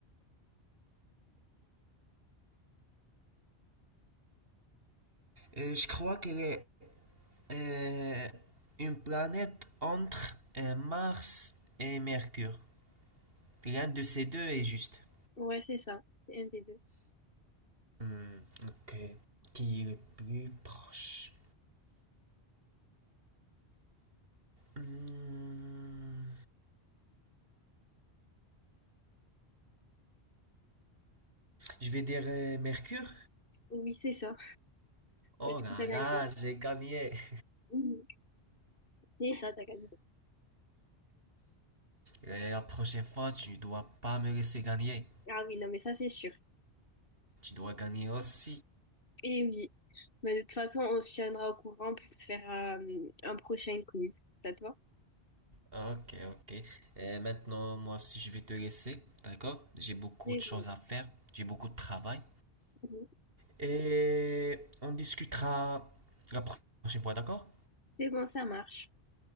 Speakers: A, on the right; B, on the left.
A: Euh, je crois qu'elle est euh, une planète entre euh, Mars et Mercure. L'un de ces deux est juste.
B: Ouais, c'est ça. C'est un des deux.
A: Hmm, ok. Qui est le plus proche? Hmm, je vais dire euh, Mercure.
B: Oui, c'est ça.
A: Oh
B: Ouais, Du
A: là
B: coup, t'as gagné.
A: là, j'ai gagné. <laughs>
B: Mhm. C'est ça, t'as gagné.
A: Et la prochaine fois, tu dois pas me laisser gagner.
B: Ah oui, non, mais ça, c'est sûr.
A: Tu dois gagner aussi.
B: Et oui. Mais de toute façon, on se tiendra au courant pour se faire euh, un prochain quiz. Ça te va?
A: Ok, ok. Et maintenant, moi aussi, je vais te laisser. D'accord? J'ai beaucoup
B: C'est
A: de choses
B: bon.
A: à faire. J'ai beaucoup de travail.
B: Mhm.
A: Et on discutera la pro- prochaine fois, d'accord?
B: C'est bon, ça marche.